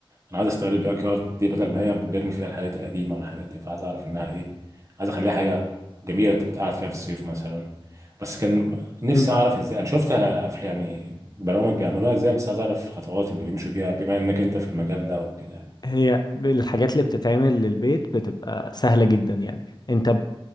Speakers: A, on the right; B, on the left.
A: انا عايز استغل الباك يارد دي بدل ما هي بنرمي فيها الحاجات القديمه والحاجات دي فعايز اعرف انها ايه عايز اخليها حاجه جميله تبقى قاعد فيها في الصيف مثلا بس كان نفسي
B: مم.
A: اعرف ازاي انا شفت أف- يعني برامج بيعملوها ازاي بس عايز اعرف الخطوات اللي بيمشوا بيها بما انك انت في المجال ده وكده يعني
B: هي الحاجات اللي بتتعمل للبيت بتبقى سهله جدا يعني انت ب-